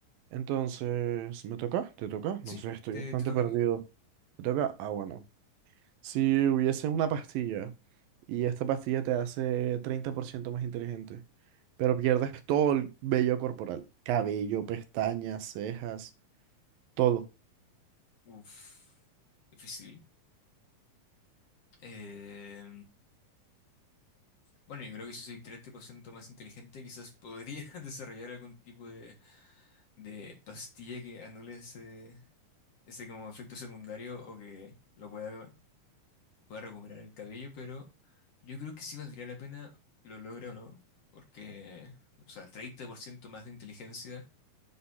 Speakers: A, on the right; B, on the left.
A: Entonces, ¿me toca? ¿Te toca?
B: Sí,
A: No sé, estoy
B: te,
A: bastante
B: te toca
A: perdido.
B: a ti.
A: ¿Me toca? Ah, bueno. Si hubiese una pastilla y esta pastilla te hace 30% más inteligente, pero pierdes todo el vello corporal, cabello, pestañas, cejas, todo.
B: Uf, difícil. Eh, Bueno, yo creo que si soy 30% más inteligente, quizás podría <laughs> desarrollar algún tipo de, de pastilla que anule ese, ese como efecto secundario o que lo pueda, pueda recuperar el cabello, pero yo creo que sí valdría la pena, lo logra o no, porque, o sea, 30% más de inteligencia